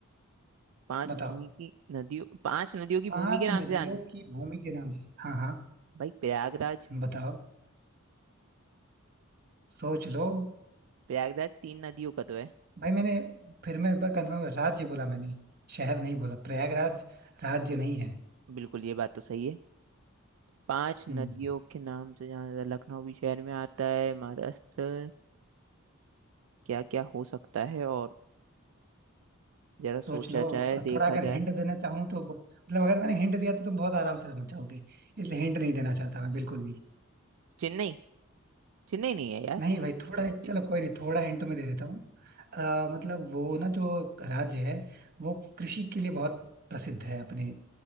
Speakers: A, on the right; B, on the right.
A: पांच भूमि
B: बताओ
A: की नदियों पांच नदियों की
B: पांच
A: भूमि के नाम
B: नदियों
A: से जान
B: की भूमि के नाम से हाँ हाँ
A: भाई प्रयागराज
B: बताओ सोच लो
A: प्रयागराज तीन नदियों का तो है
B: भाई मैंने फिर मैं एक बार कंफर्म राज्य बोला मैंने शहर नहीं बोला प्रयागराज राज्य नहीं है
A: बिल्कुल ये बात तो सही है पांच नदियों
B: हम्म
A: के नाम से जाना जाता है। लखनऊ भी शहर में आता है महाराष्ट्र क्या क्या हो सकता है और जरा सोचा
B: सोच लो
A: जाए
B: अ,
A: देखा
B: थोड़ा अगर हिंट
A: जाए
B: देना चाहूँ तो ब- मतलब अगर मैंने हिंट दिया तो तुम बहुत आराम से समझ जाओगे इसलिए हिंट नहीं देना चाहता मैं बिल्कुल भी
A: चेन्नई चेन्नई नहीं है यार
B: नहीं भाई थोड़ा
A: कि-
B: चलो कोई नहीं थोड़ा हिंट तो मैं दे देता हूँ अ, मतलब वो ना जो राज्य है वो कृषि के लिए बहुत प्रसिद्ध है अपने